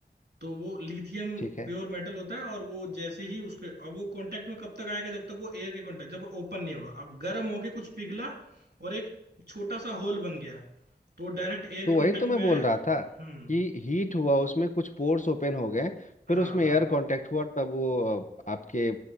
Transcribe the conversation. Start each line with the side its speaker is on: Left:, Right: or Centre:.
Right: तो वो लिथियम
Left: ठीक है
Right: प्योर मेटल होता है और वो जैसे ही उसके अब वो कांटेक्ट में कब तक आएगा जब तक वो एयर के कांटेक्ट जब ओपन नहीं होगा अब गर्म होके कुछ पिघला और एक छोटा सा होल बन गया तो डायरेक्ट एयर
Left: तो
Right: के
Left: वही
Right: कांटेक्ट
Left: तो मैं
Right: में
Left: बोल
Right: आया
Left: रहा था
Right: हम्म
Left: कि हीट हुआ उसमें कुछ पोर्स ओपन हो गए फिर
Right: हाँ
Left: उसमें
Right: हाँ
Left: एयर कांटेक्ट हुआ तब वो अ, आपके